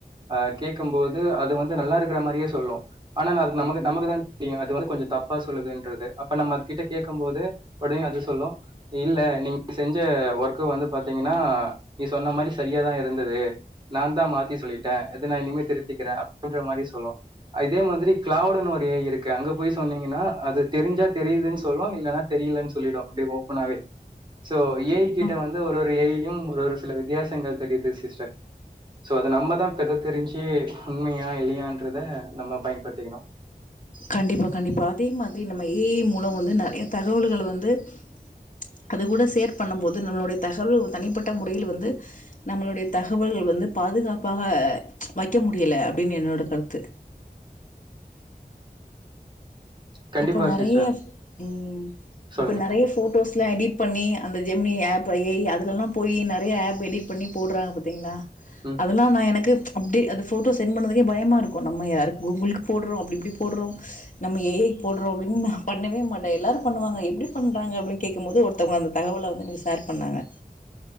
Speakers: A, on the right; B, on the left.
A: அ கேக்கும்போது அது வந்து நல்லா இருக்ற மாரியே சொல்லு ஆனா நா அதுக் நமக்கு நமக்குதா ங்க அது வந்து கொஞ்சொ தப்பா சொல்லுதுன்றது அப்ப நம்ம அது கிட்ட கேக்கும் போது ஒடனே அது சொல்லு இல்ல நீங் செஞ்ச ஒர்க்க வந்து பாத்தீங்னா நீ சொன்ன மாரி செரியாதா இருந்தது நான் தா மாத்தி சொல்லிட்டே இது நா இனிமே திருத்திக்றே அப்டின்ற மாரி சொல்ல இதே மாத்ரி க்ளௌடுனு ஒரு ஏ ஐ இருக்கு அங்க போய் சொன்னீங்கன்னா அது தெரிஞ்சா தெரியுதுன் சொல்ல இல்லனா தெரியலன் சொல்லிடு அப்டே ஓப்பனாவே சோ ஏ ஐ கிட்ட
B: ஆ.
A: வந்து ஒரு ஒரு ஏ ஐ டியும் ஒரு ஒரு சில வித்தியாசங்கள் தெரிது சிஸ்டர் சோ அத நம்மதா தகுத்தெரிஞ்சு உண்மையா இல்லயான்றத நம்ப பயன்படுத்திக்னோ
B: கண்டிப்பா கண்டிப்பா அதே மாத்ரி நம்ம ஏ ஐ மூலோ வந்து நெறயா தகவல்கள வந்து ச்ச் அது கூட சேர் பண்ணும் போது நம்ளுடைய தகவல் தனிப்பட்ட முறையில் வந்து நம்ளுடைய தகவல் வந்து பாதுகாப்பாக ச்ச வைக்க முடியல அப்டினு என்னோட கரு த்து
A: கண்டிப்பா
B: இப்போ நெறயா
A: சிஸ்டர்
B: ம்
A: சொல்லுங்க
B: இப்ப நெறயா ஃபோட்டோஸ் இத்லா எடிட் பண்ணி அந்த ஜெம்னி ஆப் ஏ ஐ அதுலலா போயி நெறயா ஆப் எடிட் பண்ணி போட்றாங்க பத்தீங்ளா
A: ம்
B: அதெல்லா நா எனக்கு ச்ச் அப்டே அத ஃபோட்டோ சென்ட் பண்றதுகே பயமாகருக்கோ நம்ம யாருக் கூகுள்க்கு போட்றோ அப்டி இப்டி போட்றோ நம்ம ஏ ஐ போட்றோ அப்டினு நா பண்ணவே மாட்டே எல்லாரு பண்ணுவாங்க எப்டி பண்றாங்க அப்டின் கேக்கும்போது ஒருத்வங்க அந்த தகவல வந்து எனக் சேர் பண்ணாங்க